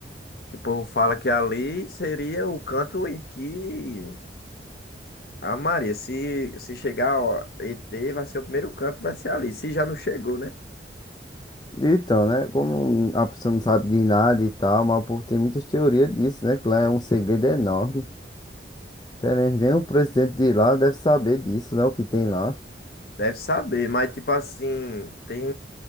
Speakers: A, on the left; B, on the left.
A: que o povo fala que ali seria o canto em que a Maria, se, se chegar ó, ET, vai ser o primeiro canto, vai ser ali. Se já não chegou, né?
B: então, né? Como a pessoa não sabe de nada e tal, mas o povo tem muitas teorias disso, né? Que lá é um segredo enorme. Até mesmo nem o presidente de lá deve saber disso, né? O que tem lá.
A: Deve saber, mas tipo assim, tem.